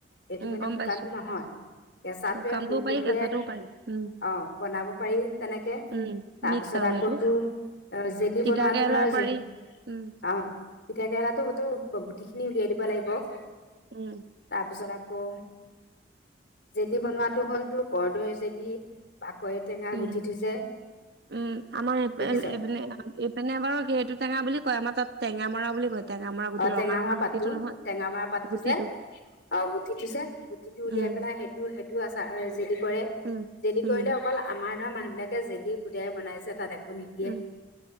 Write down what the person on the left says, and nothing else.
এইটো
মানে
শুকানটো
নহয়। কেঁচাটোয়ে,
ফুলকবিয়ে,
অ বনাব পাৰি তেনেকে
তাৰপিছত
তাকোটো
জেলি
বনোৱাটো
ধৰ
যে
অ তিতা কেৰেলাতো গুটি খিনি উলিয়াই দিব লাগিব তাৰপিছত
আ <unintelligible> আকৌ জেলি বনোৱাটো হ'ল তো কৰৰ্দৈ জেলি বাকৰি টেঙা
গুটিটো যে
দেখিছ
অ
টেঙা
মৰা
পাতো
টেঙা মাৰ পাতটো
যে অ গুটিটো যে গুটিটো উলিয়াই
পেলাই সেইটো সেইটো আচাৰ জেলি কৰে
জেলি
কৰিলে অকল আমাৰ ধৰা মানুহবিলাকে জেলি হোদাই বনাইছে একো নিদিয়ে